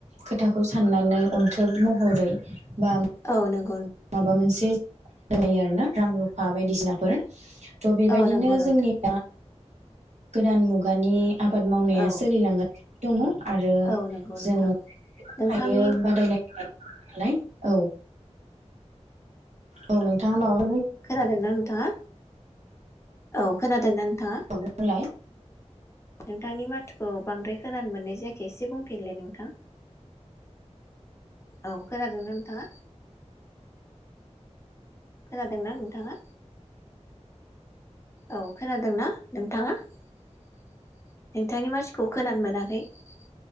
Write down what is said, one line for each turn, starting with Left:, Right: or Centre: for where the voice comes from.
Right: खो थाखौ साननानै अन्थोब महरै बा
Left: औ नों
Right: माबा मोनसे दोनहैयो आरोना रां रुफा बायदिसिनाफोर थ' बेबायदिनो
Left: औ नंगौ नोंथां
Right: जोंनिया गोदान मुगानि आबाद मावनाया
Left: औ
Right: सोलिलांगोन दोङो आरो
Left: औ नंगौ नोंथां
Right: जोङो
Left: नोंथांनि
Right: हायो बादायलाय नाय औ औ नोंथाङा माबा
Left: खोनादोंना नोंथाङा? औ खोनादों ना थाङा
Right: बुंलाय
Left: नोंथांनि माथोखौ बांद्राय खोनानो मोननाय जाया। खेसे बुंफिनलाय नोंथां औ खोनादों ना नोंथाङा। खोनादोंना नोंथाङा। औ खोनादोंना नोंथाङा नोंथांनि माथोखौ खोनानो मोनाखै ।